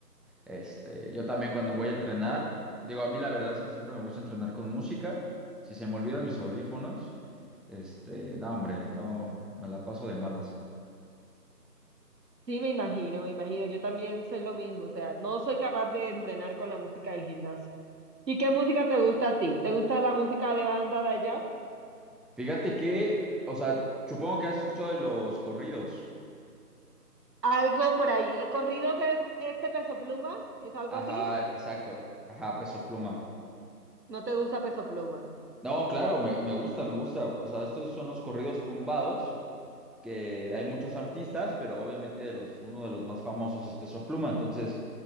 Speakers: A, in the centre; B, on the right.
A: Este, yo también cuando voy a entrenar, digo, a mí la verdad es que siempre me gusta entrenar con música. Si se me olvidan mis audífonos, este, no, hombre, no, me la paso de malas.
B: Sí, me imagino, me imagino. Yo también soy lo mismo, o sea, no soy capaz de entrenar con la música del gimnasio. ¿Y qué música te gusta a ti? ¿Te gusta la música de banda de allá?
A: Fíjate que, o sea, supongo que has escuchado de los corridos.
B: Algo por ahí. ¿Eh, ¿Corridos es este Peso Pluma? ¿Es algo
A: Ajá,
B: así?
A: exacto. Ajá, Peso Pluma.
B: ¿No te gusta Peso Pluma?
A: No, claro, me, me gusta, me gusta. O sea, estos son los corridos tumbados, que hay muchos artistas, pero obviamente de los, uno de los más famosos es Peso Pluma. Entonces,